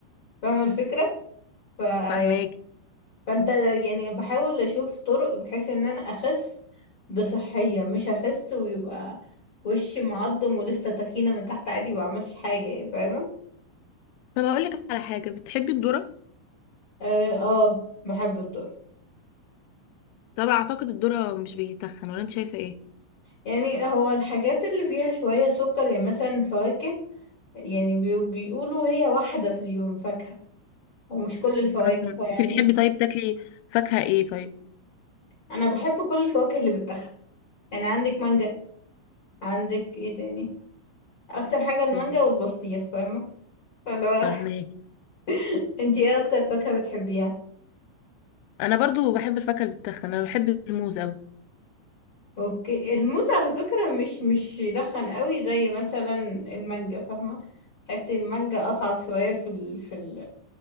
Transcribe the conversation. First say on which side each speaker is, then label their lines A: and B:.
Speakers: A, on the left (about 70°); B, on the left (about 90°).
A: فاهمة الفكرة ف يعني
B: فهماك
A: فانت يعني بحاول اشوف طرق بحيث ان انا اخس بصحية مش اخس ويبقى وشي معضم ولسه تخينة من تحت عادي وما عملتش حاجة يعني فاهمة
B: طب هقول لك على حاجه بتحبي الذره
A: اه آه، بحب الدور
B: طب اعتقد الذره مش بيتخن ولا انت شايفه ايه
A: يعني هو الحاجات اللي فيها شوية سكر يعني مثلا فواكه يعني بي- بيقولوا هي واحدة في اليوم فاكهة ومش كل الفواكه
B: م- م.
A: يعني
B: انت بتحبي
A: هي
B: طيب تاكلي فاكهه ايه طيب
A: أنا بحب كل الفواكه اللي بتاخد يعني عندك مانجا عندك ايه تاني أكتر حاجة المانجا
B: إيه،
A: والبطيخ فاهمة فاللي هو
B: فهماك
A: <laughs> انتي ايه أكتر فاكهة بتحبيها
B: انا برضو بحب الفاكهه اللي بتتخن انا بحب الموز قوي
A: اوكي الموز على فكرة مش مش يدخن قوي زي مثلا المانجا فاهمة تحسي المانجا أصعب شوية في ال... في ال...